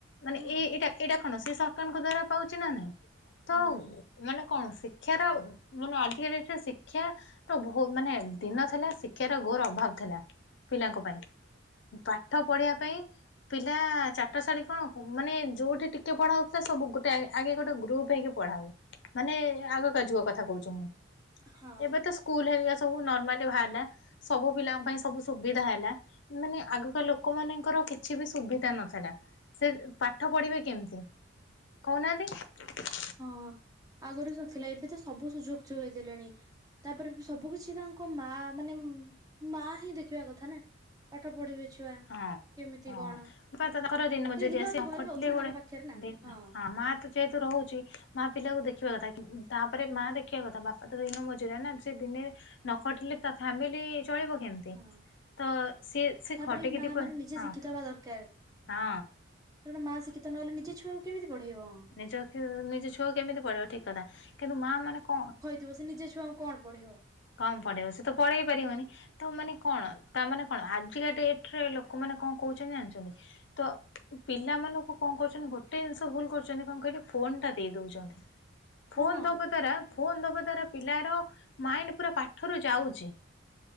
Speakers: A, on the left; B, on the right.
A: ମାନେ
B: ହଁ
A: ଏଇ ଏଇଟା ଏଇଟା କଣ ସେ ସରକାରଙ୍କ ଦ୍ଵାରା ପାଉଛି ନା ନାଇଁ ତ
B: ହୁଁ।
A: ମାନେ କଣ ଶିକ୍ଷାର ମାନେ ଆଜିକା ଡେଟରେ ଶିକ୍ଷା ତ ବହୁ ମାନେ ଦିନ ଥିଲା ଶିକ୍ଷାର ଘୋର ଅଭାବ ଥିଲା ପିଲାଙ୍କ ପାଇଁ। ପାଠ ପଢିବା ପାଇଁ ପିଲା ଚାଟଶାଳୀ କଣ ମାନେ ଯୋଉଠି ଟିକେ ପଢା ହଉଥିଲା ସବୁ ଗୋଟେ ଆଗେ ଗୋଟ ଗ୍ରୁପ୍ ହେଇକି ପଢା ହୁଏ ମାନେ ଆଗ କା ଯୁଗ କଥା କହୁଛ ମୁଁ
B: ହଁ।
A: ଏବେ ସ୍କୁଲ ହେରିକା ସବୁ ନର୍ମାଲ ବାହାରିଲା ସବୁ ପିଲାଙ୍କ ପାଇଁ ସବୁ ସୁବିଧା ହେଲା ମାନେ ଆଗକା ଲୋକ ମାନଙ୍କର କିଛି ବି ସୁବିଧା ନଥିଲା ସେ ପାଠ ପଢିବେ କେମିତି କହୁନାହାନ୍ତି
B: ହଁ ଆଗରୁ ସବୁଥିଲା ଏବେ ତ ସବୁ ସୁଯୋଗ ଯୋଗେଇ ଦେଲେଣି ତାପରେ ବି ସବୁ କିଛି ତାଙ୍କ ମା ମାନେ ମା ହିଁ ଦେଖିବା କଥା ନା ପାଠ ପଢିବେ ଛୁଆ କେମିତି
A: ହଁ। ହଁ
B: କଣ?
A: <unintelligible> ଯେହେତୁ
B: ସେ ଦିନ ରାତି ଘରେ ରହୁଛନ୍ତି ତାଙ୍କ ପାଖରେ ନା ହଁ
A: ରହୁଛି <unintelligible> ମା ପିଲାକୁ ଦେଖିବା କଥା ତାପରେ ମା ଦେଖିବା କଥା ବାପା ତ ଦିନ ମଜୁର ନା ସେ ଦିନେ ନ ଖଟିଲେ ତା ଫ୍ୟାମିଲି ଚଳିବ କେମତି
B: ହଁ
A: ତ ସିଏ ସେ
B: ତାପରେ
A: ଖଟିକି
B: ମା
A: ଦି ପଇ
B: ମାନେ ନିଜେ
A: ହଁ
B: ଶିଖିତ ହେବେ ଦରକାର ଯୋଉଠି
A: ହଁ
B: ମା ଶିକ୍ଷିତ ନହେଲେ ନିଜ ଛୁଆକୁ କେମିତି ପଢେଇବ
A: ନିଜ ନିଜ ଛୁଆ କେମିତି ପଢ଼େଇବ ଠିକ କଥା କିନ୍ତୁ ମା ମାନେ କଣ
B: ଥିବ ସେ ନିଜ ଛୁଆଙ୍କୁ କଣ ପଢେଇବ?
A: କଣ ପଢେଇବ ସେ ତ ପଢେଇ ପାରିବନି ତ ମାନେ କଣ ତା ମାନେ କଣ ତା ମାନେ କଣ ଆଜିକା ଡେଟ ରେ ଲୋକମାନେ କଣ କହୁଛନ୍ତି ଜାଣିଛନ୍ତି ତ ପିଲାମାନଙ୍କୁ କଣ କରୁଛନ୍ତି ଗୋଟେ ଜିନିଷ ଭୁଲ କରୁଛନ୍ତି କଣ କହିଲେ ଫୋନ ଟା ଦେଇ ଦଉଛନ୍ତି
B: ହଁ
A: ଫୋନ ଦବା ଦ୍ଵାରା ଫୋନ ଦବା ଦ୍ଵାରା ପିଲାର ମାଇଣ୍ଡ ପୁରା ପାଠରୁ ଯାଉଛି